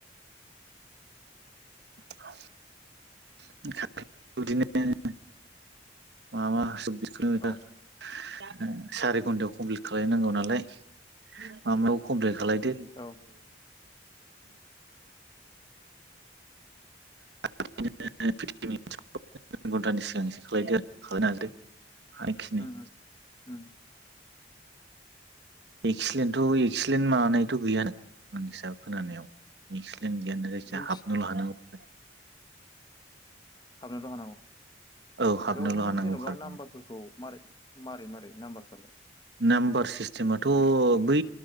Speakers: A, on the right; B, on the left.
A: <unintelligible> <unintelligible> बिदिनो मा मास <unintelligible>
B: औ
A: सारि घन्टायाव कमप्लिट खालायनांगौ नालाय माबायाव कमप्लिट खालायदो
B: औ
A: <unintelligible> फिफटिन मिनिट सिगां घन्टानि सिगां एसे खालायदो आरो खालायनो हासै हायखिनि
B: उम उम उम
A: एक्सिलेन थ' एक्सिलेन्ट माबानायथ' गैयानो मानसा खोनानायाव <unintelligible> जों
B: इक्स
A: <unintelligible> हाबनोल' हानांगौ
B: हाबनोल' हानांगौ
A: औ हाबनोल'
B: बेवहाय
A: हानांगौ
B: जेनेबा
A: खारनाया
B: नाम्बारफोरखौ मारै मारै मारै नामबार फ्रालाय
A: नाम्बार सिस्टेमाथ' बै